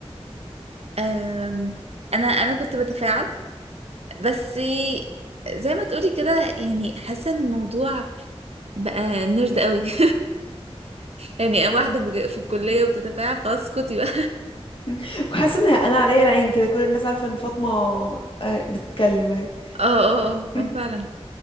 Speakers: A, on the right; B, on the left.
A: آم، انا انا كنت بتفاعل بس زي ما تقولي كده يعني حاسه ان الموضوع بقى نرد قوي <laughs> يعني واحده في في الكليه وبتتفاعل خلاص اسكتي بقى
B: <laughs> وحاسة ان انا عليا العين كده كل الناس عارفة ان فاطمة آه، بتتكلم اهي
A: <laughs> اه اه اه
B: <laughs>
A: آه، فعلا